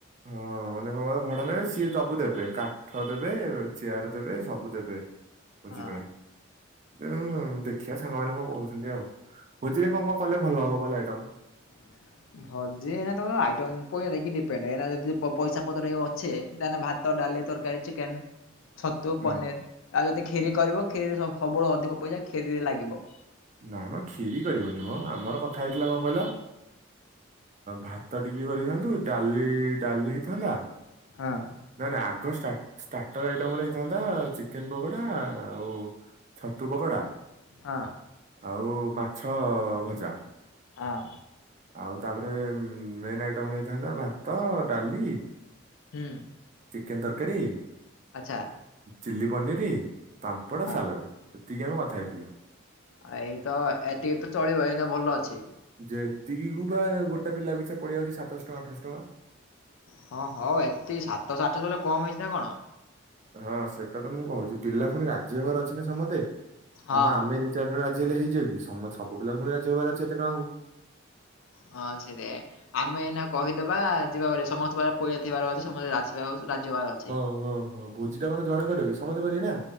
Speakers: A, on the right; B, on the left.
A: ହଁ। ମନେକଁ କହିଲ ଭଡାରେ ସିଏ ସବୁ ଦେବେ କାଠ ଦେବେ, ଚେୟାର ଦେବେ ସବୁ ଦେବେ। ବୁଝିପାଇଲି
B: ହଁ
A: ଦେଖିଆ ସାଙ୍ଗ ମାନେ କଣ କବଛନ୍ତି ଆଉ? ଭୋଜିରେ କଣ କଣ କଲେ ଭଲ ହବ କହଲ ଆଇଟାମ୍?
B: <inaudible> ଭୋଜି ଏଇନା ତମର ଆଇଟମକୁ ନେଇକି ଡିପେଣ୍ଡ। ଏଇନା ଯଦି ପଇସା ପତ୍ର ଅଛି ତାହଲେ ଭା ଭାତ ଡାଲି ତରକାରୀ ଚିକେନ। ଛତୁ
A: ହୁଁ
B: ପନିର ଆଉ ଯଦି କ୍ଷିରି କରିବ କ୍ଷିରିରେ ସବୁଠୁ ଅଧିକ ପଇସା କ୍ଷିରିରେ ଲାଗିବ।
A: ନାଇଁ ମ କ୍ଷୀରି କରିବୁନି ମ ଆମର
B: ହଁ।
A: କଥା ହେଇଥିଲା କଣ କହିଲ, ଭାତ ଟିକେ କରିଥାନ୍ତୁ, ଡାଲି ଡାଲି ହେଇଥାନ୍ତା।
B: ହଁ।
A: ନାଇ ନାଇଁ ଆଗ ଷ୍ଟା ଷ୍ଟାର୍ଟର ଆଇଟମରେ ହେଇଥାନ୍ତା ଚିକେନ ପକୋଡା ଆଉ ଛତୁ ପକୋଡ଼ା
B: ହଁ।
A: ଆଉ ମାଛ ଭଜା।
B: ଆଁ।
A: ଆଉ ତାପରେ ମେନ୍ ଆଇଟମ ରେ ହେଇଥାନ୍ତା ଭାତ, ଡାଲି
B: ହୁଁ।
A: ଚିକେନ ତରକାରୀ
B: ଆଚ୍ଛା
A: ଚିଲି ପନିର ପାମ୍ପଡ଼
B: ହଁ
A: ସାଲାଡ଼। ଏତିକି ଆମେ କଥା ହେଇଥିଲୁ।
B: ଆଉ ଏଇତ ଏତିକି ତ ଚଳିବ ଏଇନା ଭଲ ଅଛି।
A: ଏତିକିକୁୁ ବା ଗୋଟେ ପିଲା ପିଛା ପଡିଯାଉଛି ସାତଶହ ଟଙ୍କା ଆଠଶହ ଟଙ୍କା।
B: ହଁ ହଉ ଏତିିକି ସାତସହ ଆଠସହ କହିଲେ କମ ହେଇଛି ନା କଣ।
A: ହଁ ସେଟା ତ ମୁଁ କୋହୁଚି ପିଲା ପୁଣି ରାଜିହବାର ଅଛି ନା ସମତେ
B: ହଁ
A: ଆଉ ଆମେରି ଚାରି ଜଣ ରାଜି ହେଲେ ହେଇଯାଏ କି ସମ ସବୁ ପିଲା ଫୁଣି ରାଜି ହେବାର ଅଛି ଏତେ ଟଙ୍କା କୁ।
B: ହଁ ସେଇରେ ପାଇଁ ଆମେ ଏଇନା କହିଦବା ଯିବା ବୋଲି ସମସ୍ତେ ପାଖରେ ପଇସା ଥିବାର ଅଛି ସମସ୍ତେ ରା ଯାହା ହେଉ ସେ ରାଜି ହବାର ଅଛି।
A: ହୁଁ ହୁଁ ହୁଁ। ଭୋଜି ଟା କଣ ଜଣେ କରିବ କି ସମତେ କରିବେ ନା।